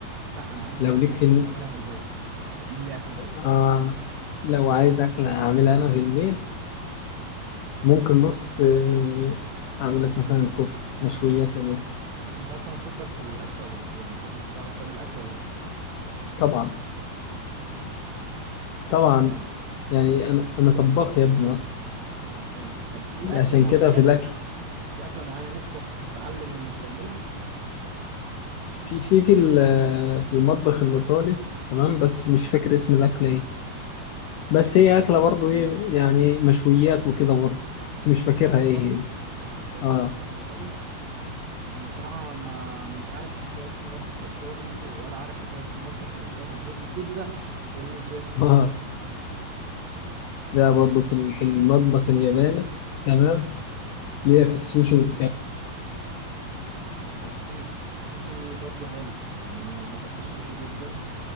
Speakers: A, on the right; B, on the left.
A: لا انا عايز
B: لو
A: اكلة
B: ليك في
A: انت
B: الم...
A: هتعملها في البيت هتعمل لي اكلة ايه
B: آه لو عايز اكلة اعملها انا في البيت ممكن بص آه، اعمل لك مثلا كفته مشويات يا ميت.
A: انت اصلا شاطر في الاكل ولا لا يعني شاطر بتعرف تعمل اكل ولا لا
B: طبعا طبعا
A: طب
B: يعني انا انا طباخ يا ابني اصلا
A: طب حلو طب في
B: عشان
A: اكلة معينة
B: كده في الاكل
A: في اكلة معينة نفسك تتعلم انك تعملها
B: في في في ال- آه، في المطبخ الايطالي تمام بس مش فاكر اسم الاكله ايه بس هي اكله
A: آم،
B: برضه ايه يعني مشويات وكده برضه بس مش
A: في المطبخ
B: فاكرها
A: الايطالي
B: ايه هي
A: مشويات
B: اه
A: في المطبخ الايطالي انا بصراحه ما مش عارف مشويات في المطبخ الايطالي ولا عارف اكلات في المطبخ الايطالي غير البيتزا والنجريسكو
B: اه ده برضه في ال- في المطبخ الياباني تمام اللي هي في السوشي والكلام
A: السوشي السوشي برضو حلو يعني انا بحب السوشي جدا